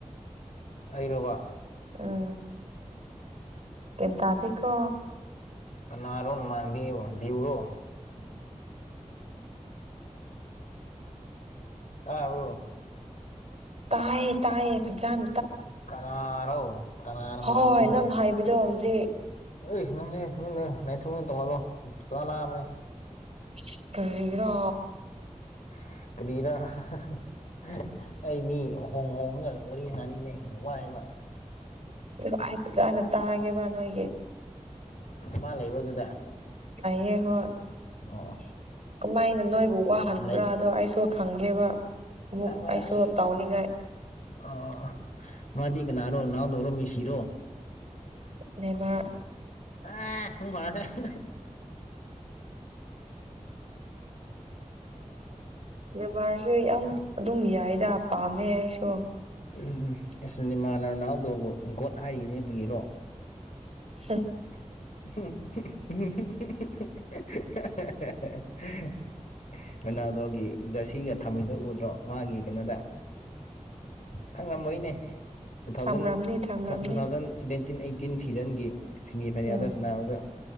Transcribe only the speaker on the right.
ꯑꯥ ꯒ꯭ꯌꯥꯟ ꯇꯥꯗꯦꯀꯣ
ꯎꯝ
ꯇꯥꯌꯦ ꯇꯥꯌꯦ ꯐꯖꯥꯟ
ꯍꯣꯏ ꯅꯪ ꯍꯥꯏꯕꯗꯣ ꯍꯧꯖꯤꯛ
ꯏꯁ ꯀꯔꯤꯔꯥ
ꯔꯣ ꯑꯩ ꯐꯖꯥꯅ ꯇꯥꯒꯦꯕ ꯅꯣꯏꯒꯤ
ꯂꯩꯌꯦ ꯍꯣꯏ
ꯀꯃꯥꯏꯅ ꯅꯣꯏꯕꯨ ꯋꯥꯍꯟꯕ꯭ꯔꯥꯗꯣ
ꯑꯩꯁꯨ ꯈꯪꯒꯦꯕ
ꯑꯃꯨꯛ ꯑꯩꯁꯨ ꯇꯧꯅꯤꯡꯉꯥꯏ
ꯅꯦꯃꯥ꯭ꯔ
ꯅꯦꯃꯥ꯭ꯔꯁꯨ ꯌꯥꯝ ꯑꯗꯨꯝ ꯌꯥꯏꯗ ꯄꯥꯝꯃꯦ ꯑꯩꯁꯨ
ꯍꯝ
ꯊꯝꯔꯝꯅꯤ ꯊꯝꯔꯝꯅꯤ
ꯎꯝ